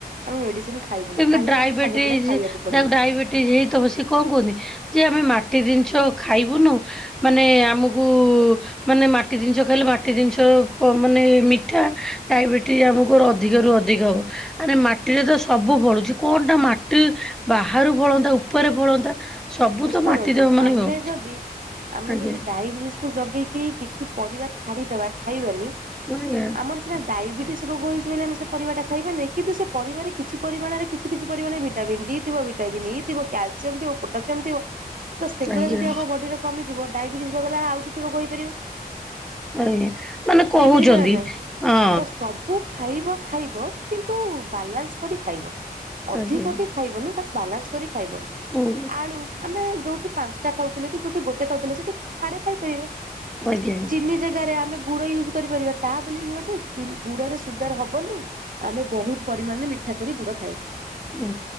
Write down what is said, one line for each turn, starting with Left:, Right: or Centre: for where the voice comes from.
Right: ଆମେ ମେଡିସିନ ଖାଇବୁନି
Centre: ସେମିତି
Right: ଖାଇଲେ
Centre: ଡ୍ରାଇବେଟିସି
Right: ଆମକୁ ସବୁବେଳେ ଖାଇବାକୁ ପଡିବ
Centre: ଯାକୁ ଡାଇବେଟି ହେଇଥବ ସେ କଣ କହନ୍ତି ଯେ ଆମେ ମାଟି ଜିନିଷ ଖାଇବୁନୁ ମାନେ ଆମକୁ ମାନେ ମାଟି ଜିନିଷ ଖାଇଲେ ମାଟି ଜିନିଷ ପ ମାନେ ମିଠା ଡାଇବେଟିସ୍ ଆମ ର ଅଧିକରୁ ଅଧିକ ହବ ଆରେ ମା ମାଟି ରେ ତ ସବୁ ଫଳୁଚି କଣଟା ମାଟି ବାହାରୁ ଫଳନ୍ତା ଉପରେ ଫଳନ୍ତା। ସବୁ ତ
Right: ଶୁଣନ୍ତୁ
Centre: ମାଟି ଦେହ ମାନେ
Right: ଆମେ
Centre: ଫଳୁଛି
Right: ଯଦି ଆମେ
Centre: ଆଜ୍ଞା
Right: ଯଦି ଡାଇବିସ୍ ତାକୁ ଜଗିକି କିଛି ପରିବା ଛାଡ଼ିଦେବା ଖାଇବାନି
Centre: ଆଜ୍ଞା।
Right: ଆମର ସିନା ଡାଇବେଟିସ୍ ରୋଗ ହେଇଛି ବୋଲି ଆମେ ସେ ପରିବା ଟା ଖାଇବା ନାହିଁ କିନ୍ତୁ ସେ ପରିବାରେ କିଛି ପରିମାଣରେ କିଛି କିଛି ପରିମାଣ ଭିଟାମିନ୍ ଡ଼ି ଥିବ, ଭିଟାମିନନ୍ ଇ ଥିବ, କ୍ୟାଲସିୟମ୍ ଥିବ, ପୋଟାସିୟମ୍ ଥିବ। ତ ସେଗୁରା
Centre: ଆଜ୍ଞା
Right: ଯଦି ଆମ ବଡି଼ ରେ କମଯିବ ଡାଇବେଟିସ୍ ବଦଲ ରେ ଆଉ କିଛି ରୋଗ ହେଇପାରିବ।
Centre: ଆଜ୍ଞା ମାନେ କହୁଛନ୍ତି
Right: ହେଇପାରିବ ନା ନାଇଁ
Centre: ହଁ।
Right: ତ ସବୁ ଖାଇବା ଖାଇବ କିନ୍ତୁ ବାଲାନ୍ସ କରି ଖାଇବ। ଅଧିକ
Centre: ଆଜ୍ଞା
Right: ବି ଖାଇବନି ବାସ୍ ବାଲାନ୍ସ କରି ଖାଇବ।
Centre: ହୁଁ।
Right: ଆଳୁ ଆମେ ଯୋଉଠି ପାଞ୍ଚଟା ଖାଉଥିଲେ କି ଯୋଉଠି ଗୋଟେ ଖାଉଥିଲେ ସେଠି ଫାଳେ ଖାଇପାରିବା।
Centre: ଆଜ୍ଞା।
Right: ଚିନି ଜାଗାରେ ଆମେ ଗୁଡ଼ ୟୁଜୁ କରିପାରିବା ତାହା ବୋଲି ନୁହଁ ଯେ ଗୁଡ଼ ରେ ସୁଗାର ହବନି। ଆମେ ବହୁତ୍ ପରିମାଣରେ ମିଠା କରି ଗୁଡ଼ ଖାଏ।
Centre: ହୁଁ